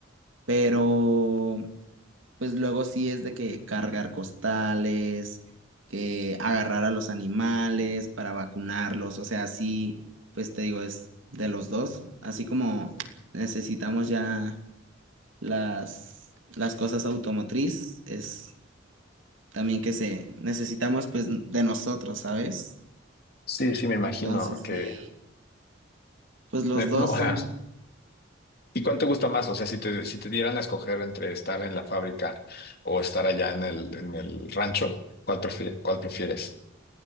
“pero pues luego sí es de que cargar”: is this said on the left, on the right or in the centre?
Right